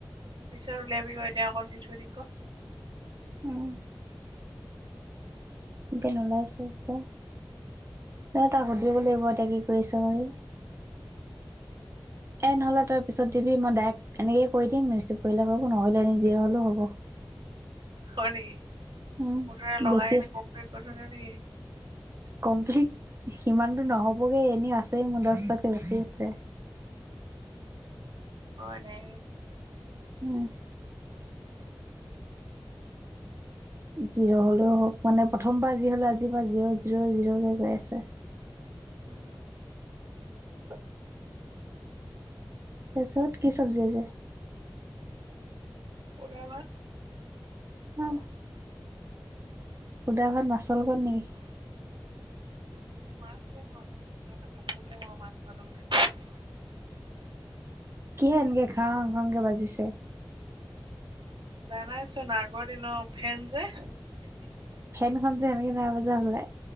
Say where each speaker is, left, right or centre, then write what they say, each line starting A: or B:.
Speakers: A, on the right (about 75°); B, on the right (about 35°).
A: পিছত উলিয়াবি ৰ এতিয়া অকল দি থৈ দিঙ ক
B: উম। এতিয়া নোলাইছে যে ৰ তাক সুধিব লাগিব এতিয়া কি কৰিছে ক হি এ নহ'লে তই পিছত দিবি মই ডাইৰেক্ট এনেকে কৰি দিঙ ৰিচিভ কৰিলে কৰিব নকৰিলে নি যি হলো হ'ব।
A: হয় নেকি
B: উম
A: মুঠতে লগাই
B: বেছি
A: কিনি
B: আছে
A: কমপ্লিট কৰি থৈ দিয় নেকি
B: কমপ্লিট সিমান টো নহবগে এনেও আছেই মোৰ দহটাতকে বেছিয়ে আছে।
A: হয়নে
B: উম জিৰ' হ'লেও হওক মানে প্ৰথমবাৰ যি হ'লেও আজিৰ পৰা জিৰ' জিৰ' জিৰ'কে গৈ আছে।
A: উওম
B: উ। তাৰপিছত কি চবজি আজি?
A: সুদাভাত।
B: অ সুদা ভাত মাছৰ লগত নেকি?
A: মাছ যে মই অঠনি দিনত নাখালো বুলিয়ে পালোং দেই
B: কিহে এনেকে ঘ্ৰাং ঘ্ৰাংকে বাজিছে?
A: জানাইচোন আগৰ দিনৰ ফেন যে
B: ফেনখন যে এনেকে নাই বজা হবলাই